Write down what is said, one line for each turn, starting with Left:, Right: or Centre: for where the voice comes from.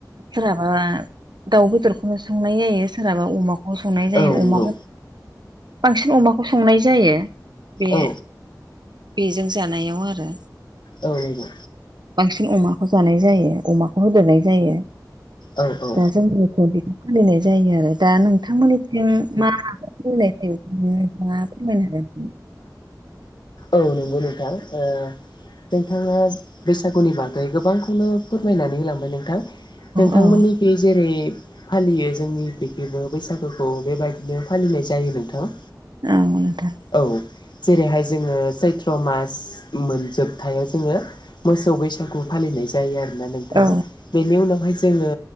Right: सोरहाबा दाउ बेदरखौनो संनाय जायो सोरहाबा अमाखौ अमाखौ संनाय जायो
Left: औ नंगौ
Right: अमाखौ बांसिन अमाखौ संनाय जायो। बे
Left: औ
Right: बेजों जानायाव आरो
Left: औ नंगौ।
Right: बांसिन अमाखौ जानाय जायो अमाखौ होदेरनाय जायो।
Left: औ औ नंगौ
Right: दा जोंनिखौ बेखौ फालिनाय जायो आरो दा नोंथांमोननिथिं। मा फोरमायनाय जायो बेखौ नोंथां फोरमायनो हागोन नामा
Left: औ नंगौ नोंथां ओ नोंथाङा बैसागुनि बागै गोबांखौनो फोरमायनानै होलांबाय नोंथां। नोंथांमोननिखै
Right: हागोन
Left: जेरै फालियो जोंनि बिखैबो बैसागुखौ बेबायदिनो फालिनाय जायो नोंथां।
Right: औ नोंथां।
Left: औ जेरैहाय जोङो सैथ्र' मास मोनजोबथायाव जोङो। मोसौ बैसागु फालिनाय जायो आरोना नोंथां
Right: औ
Left: बेनि उनावहाय जोङो।